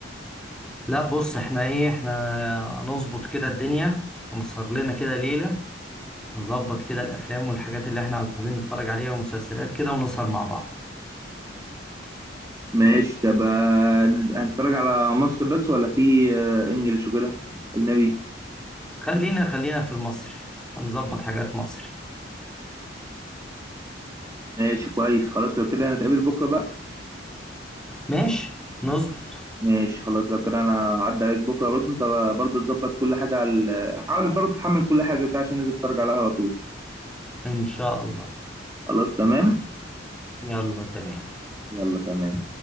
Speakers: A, in the centre; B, on the right.
A: لا بص احنا ايه احنا نظبط كده الدنيا ونسهر لنا كده ليلة نظبط كده الافلام والحاجات اللي احنا عاوزين نتفرج عليها ومسلسلات كده ونسهر مع بعض
B: ماشي طب آه، هنتفرج على مصر بس ولا في آه، إنجلش وكده أجنبي
A: خلينا خلينا في المصري ونظبط حاجات مصري
B: ماشي كويس خلاص لو كده هنتقابل بكرة بقى
A: ماشي نظبط
B: ماشي خلاص لو كده أنا هعدي عليك بكرة برضو أنت برضو تظبط كل حاجة على ال- حاول برضو تحمل كل حاجة كده عشان ننزل نتفرج عليها على طول
A: ان شاء الله
B: خلاص تمام
A: يلا تمام
B: يلا تمام